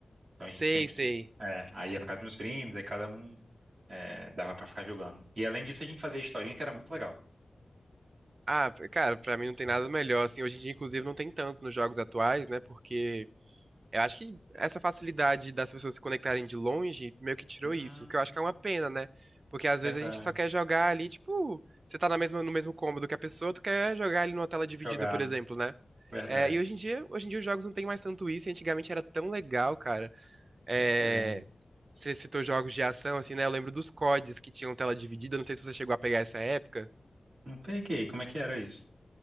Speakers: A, on the right; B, on the right.
A: Então a
B: Sei,
A: gente sempre
B: sei.
A: se. É, aí ia pra casa dos meus primos, aí cada um é, dava pra ficar jogando. E além disso, a gente fazia historinha que era muito legal.
B: Ah, cara, pra mim não tem nada melhor, assim. Hoje em dia, inclusive, não tem tanto nos jogos atuais, né? Porque Eu acho que essa facilidade das pessoas se conectarem de longe meio que tirou
A: Hum,
B: isso, o que eu acho que é uma pena, né? Porque às
A: verdade.
B: vezes a gente só quer jogar ali, tipo, você tá na mesma, no mesmo cômodo que a pessoa, tu quer jogar ali numa tela dividida,
A: Jogar,
B: por
A: né?
B: exemplo, né?
A: Verdade.
B: É, e hoje em dia, hoje em dia os jogos não tem mais tanto isso, e antigamente era tão legal, cara. É,
A: Pois é.
B: você citou jogos de ação, assim, né? Eu lembro dos CODs que tinham tela dividida, não sei se você chegou a pegar essa época.
A: Não peguei. Como é que era isso?